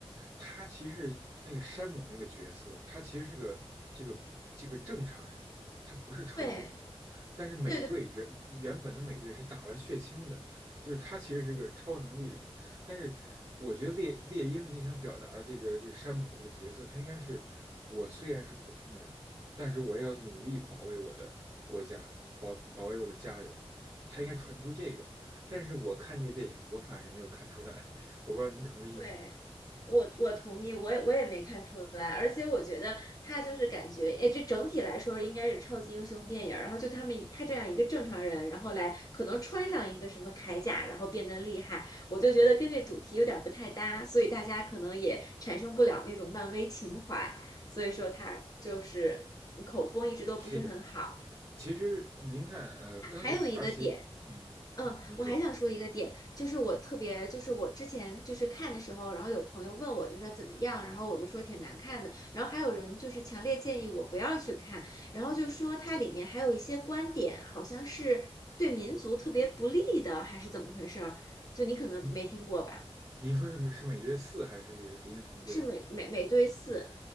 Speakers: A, on the right; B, on the left.
A: 他其实那个山姆那个角色，他其实是个这个这个正常人，他不是超级英雄。
B: 对
A: 但是美队原原本的美队是打了血清的，
B: 对对
A: 就是他其实是个超能力人。但是我觉得猎猎鹰你想表达的这个这个山姆这个角色，他应该是我虽然是普通人，但是我也要努力保卫我的国家，保保卫我的家人。他应该传递出这个。但是我看这个电影，我反是没有看出来，我不知道您同意吗？
B: 对，我我同意，我也我也没看出来，而且我觉得他就是感觉，哎，这整体来说应该是超级英雄电影儿，然后就他们以他这样一个正常人，然后来可能穿上一个什么铠甲，然后变得厉害，我就觉得跟这主题有点儿不太搭，所以大家可能也产生不了那种漫威情怀，所以说他就是口风一直都不是很好。
A: 是的，其实您看，呃，钢铁侠其实，
B: 还有一个点。
A: 嗯嗯，
B: 嗯，
A: 您说，
B: 我还想说一个点，就是我特别，就是我之前就是看的时候，然后有朋友问我，就说怎么样，然后我就说挺难看的，然后还有人就是强烈建议我不要去看，然后就说它里面还有一些观点好像是对民族特别不利的，还是怎么回事儿？就你可能没听过吧？
A: 您您说是是美队四还是这个零零特工队？
B: 是美美美队四，